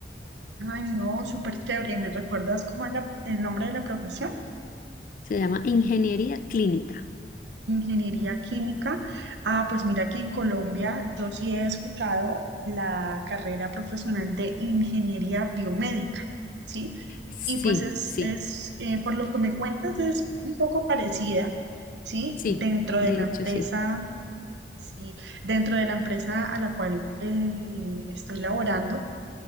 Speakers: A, on the right (about 85°); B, on the left (about 45°).
A: Ay, no, súper chévere. ¿Me recuerdas cómo es la- el nombre de la profesión?
B: Se llama ingeniería clínica.
A: Ingeniería química. Ah, pues mira que en Colombia yo sí he escuchado la carrera profesional de ingeniería biomédica, ¿sí?
B: Sí,
A: Y pues es,
B: sí,
A: es eh, por lo que me cuentas, es un poco parecida, ¿sí?
B: sí,
A: Dentro de
B: de
A: la
B: hecho
A: empresa,
B: sí.
A: ¿sí? Dentro de la empresa a la cual eh, eh, estoy laborando,